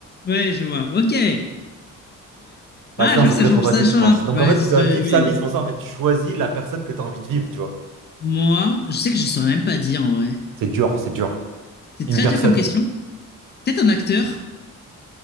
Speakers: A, on the left; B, on the right.
A: Ouais, je vois. Ok. Ouais.
B: Bah
A: Ah,
B: sinon,
A: je vois,
B: ça
A: ça
B: serait
A: change,
B: trop facile,
A: ça change
B: je pense.
A: un peu.
B: Donc
A: Ouais,
B: en fait,
A: ce
B: tu
A: serait,
B: dois vivre
A: oui.
B: sa vie. C'est pour ça, en fait, tu choisis la personne que tu as envie de vivre, tu vois.
A: Moi, je sais que je saurais même pas dire en vrai.
B: C'est dur, c'est dur.
A: C'est
B: Une
A: très
B: personne.
A: dur comme question. Peut-être un acteur,